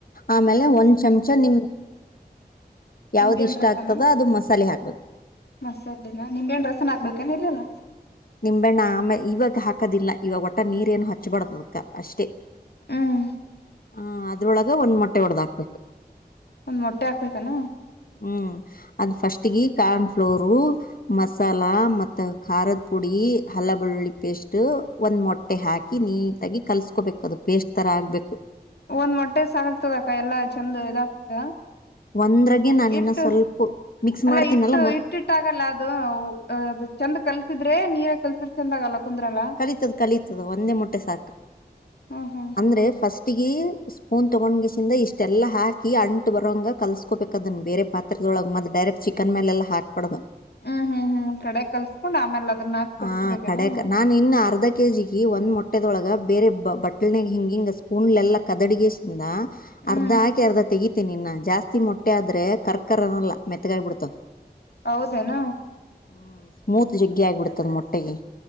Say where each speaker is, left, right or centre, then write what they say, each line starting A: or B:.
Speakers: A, on the left; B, on the left.
A: ಆಮೇಲೆ ಒಂದ್ ಚಮಚ ನಿಮ್ ಯಾವ್ದ್
B: ನಿಂಬೆಹಣ್ಣ
A: ಇಷ್ಟ
B: ರಸನ
A: ಆಗ್ತದ ಅದು ಮಸಾಲೆ ಹಾಕ್ಬೇಕು.
B: ಸರಿನಾ ನಿಂಗೇನು ಡ್ರೆಸ್ನ್ ಹಾಕ್ಬೇಕಾ ಇಲ್ಲಲ್ಲ
A: ನಿಂಬೆಣ್ಣ ಆಮೇ ಇವಾಗ ಹಾಕದಿಲ್ಲ ಇವಾಗ ಒಟ್ಟ ನೀರ್ ಏನು ಹಚ್ಬಾರ್ದದಕ್ಕ ಅಷ್ಟೇ.
B: ಹ್ಮ್
A: ಹೂಂ ಅದ್ರೊಳಗೆ ಒಂದು ಮೊಟ್ಟೆ ಒಡದ ಹಾಕ್ಬೇಕು.
B: ಒಂದ್ ಮೊಟ್ಟೆ ಹಾಕ್ಬೇಕನ
A: ಹ್ಮ್ ಅದ್ ಫಸ್ಟ್ಗೀ ಕಾರ್ನ್ ಫ್ಲೋರು ಮಸಾಲ ಮತ್ತ ಖಾರದ ಪುಡಿ ಹಲ್ಲ ಬೆಳ್ಳುಳ್ಳಿ ಪೇಸ್ಟ್ ಒಂದ್ ಮೊಟ್ಟೆ ಹಾಕಿ ನೀಟಾಗಿ ಕಲ್ಸ್ಕೋಬೇಕು ಅದು ಪೇಸ್ಟ್ ತರ ಆಗ್ಬೇಕು.
B: ಒಂದ್ ಮೊಟ್ಟೆ ಸಾಕಾಗ್ತದ ಅಕ್ಕ ಎಲ್ಲಾ ಚಂದ ಇದಾಗ್ತದ.
A: ಒಂದ್ರಾಗೆ ನಾನ
B: ಇಟ್ಟು
A: ಇನ್ನ ಸ್ವಲ್ಪ ಮಿಕ್ಸ್
B: ಅಲ್ಲ
A: ಮಾಡ್ತೀನಲ್ಲ
B: ಇಟ್ಟು
A: ಮೊ
B: ಇಟ್ಟಿಟ್ಟಾಗಲ್ಲ ಅದು ಅದು ಚಂದ ಕಲ್ಸಿದ್ರೆ ನೀರ ಕಲ್ಸಿದ್ರೆ ಚಂದ ಆಗಲ್ಲ ಕುಂದ್ರಲ್ಲ
A: ಕಲೀತದ ಕಲೀತದ ಒಂದೇ ಮೊಟ್ಟೆ ಸಾಕು
B: ಹ್ಮ್ ಹ್ಮ್
A: ಅಂದ್ರೆ ಫಸ್ಟ್ ಸ್ಪೂನ್ ತಗೊಂಡ್ ಕ್ಯಾಸಿಂದ ಇಷ್ಟೆಲ್ಲ ಹಾಕಿ ಅಂಟು ಬರ ಕಲ್ಸ್ಕೋಬೇಕ ಅದನ್ನು ಬೇರೆ ಪಾತ್ರೆ ದ್ರೊಳಗ ಮತ್ತ ಡೈರೆಕ್ಟ್ ಚಿಕ್ಕನ್ ಮೇಲೆಲ್ಲ ಹಾಕ್ಬಾಡ್ದು
B: ಹ್ಮ್ ಹ್ಮ್ ಹ್ಮ್ ಒಂದ್ಕಡೆ ಕಲ್ಸ್ಕೊಂಡ್ ಆಮ್ಯಾಲ ಅದನ್ನ ಹಾಕ ಕಲ್ಸ್ಕಬೇಕೇನ.
A: ಆ ಕಡೆಕ್ ನಾನ್ ಇನ್ನು ಅರ್ಧ ಕೆ ಜಿ ಗೆ ಒಂದ್ ಮೊಟ್ಟೆದೊಳಗ ಬೇರೆ ಬ ಬಟ್ಲ್ನಾಗ ಹಿಂಗಿಂಗ ಸ್ಪೂನ್ಲ್ ಎಲ್ಲಾ ಕದಡಿಗ್ಯಾಸ್ ಸಿಂದ
B: ಹ್ಮ್
A: ಅರ್ಧ ಹಾಕಿ ಅರ್ಧ ತೆಗತೇನಿ ಇನ್ನ. ಜಾಸ್ತಿ ಮೊಟ್ಟೆ ಆದ್ರೆ ಕರ್ಕರ್ ಅನಲ್ಲ ಮೆತ್ತಗಾಗ್ಬಿಡ್ತಾವ್
B: ಹೌದನ
A: ಹ್ಮ್ ಸ್ಮೂತ್ ಜಗ್ಗಿ ಆಗ್ಬಿಡ್ತದ ಮೊಟ್ಟೆಗೆ